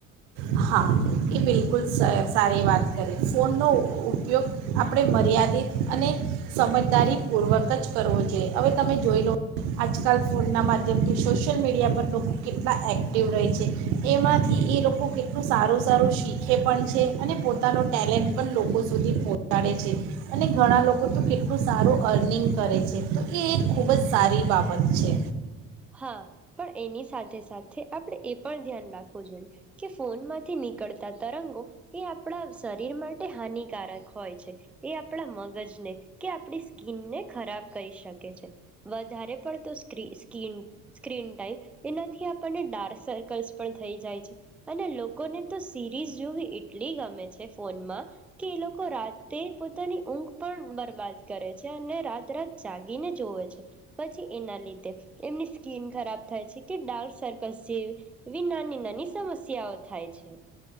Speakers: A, on the right; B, in the centre.
A: હા એ બિલકુલ સ-સારી વાત કરી ફોનનો ઉપયોગ આપણે મર્યાદિત અને સમજદારીપૂર્વક જ કરવો જોઈએ. હવે તમે જોઈ લો આજકાલ ફોનના માધ્યમથી સોશિયલ મીડિયા પર લોકો કેટલા એક્ટિવ રહે છે. એમાંથી એ લોકો કેટલું સારું સારું શીખે પણ છે અને પોતાનો ટેલેન્ટ પણ લોકો સુધી પહોંચાડે છે. અને ઘણા લોકો તો કેટલું સારું અર્નિંગ કરે છે. તો એ એક ખૂબ જ સારી બાબત છે.
B: હા પણ એની સાથે સાથે આપદે એ પણ ધ્યાન રાખવું જોઈએ કે ફોનમાંથી નીકળતા તરંગો એ આપડા શરીર માટે હાનિકારક હોય છે. એ આપડા મગજને કે આપણી સ્કીનને ખરાબ કરી શકે છે. વધારે પડતો સ્ક્રિ ક્રીન સ્ક્રીન ટાઈમ એનાથી આપણને ડાર્ક સર્કલ્સ પણ થઈ જાય છે અને લોકોને તો સીરીઝ જોવી એટલી ગમે છે ફોનમાં કે એ લોકો રાતે પોતાની ઊંઘ પણ બરબાદ કરે છે અને રાત રાત જાગીને જોવે છે પછી એના લીધે એમની સ્કીન ખરાબ થાય છે કે ડાર્ક સર્કસ જે એવી નાની નાની સમસ્યાઓ થાય છે.